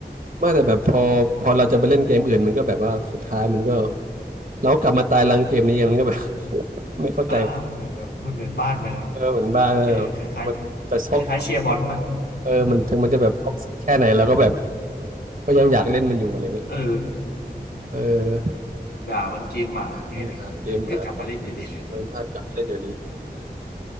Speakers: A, on the right (about 45°); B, on the left (about 75°).
A: ไม่แต่แบบพอพอเราจะไปเล่นเกมอื่นมันก็แบบว่าสุดท้ายมันก็เรากลับมาตายรังเกมนี้เองมันก็แบบ <laughs> ไม่เข้าใจ
B: อ่ามันเหมือนแบบมันเหมือนบ้านไปแล้ว
A: เออเหมือนบ้านแล้ว
B: เออคล้ายๆคล้ายๆเชียร์บอลปะ
A: มันจะท็อกท็อกซิกเออมันถึงมันจะแบบท็อกซิกแค่ไหนเราก็แบบก็ยังอยากเล่นมันอยู่อะไรเงี้ย
B: เออ
A: เออ
B: ด่ามันเกมหมาแค่ไหนก็ก็กลับมาเล่นอยู่ดี
A: อืมอ่านเกมอ่านเออถ้ากลับมาเล่นอยู่ดี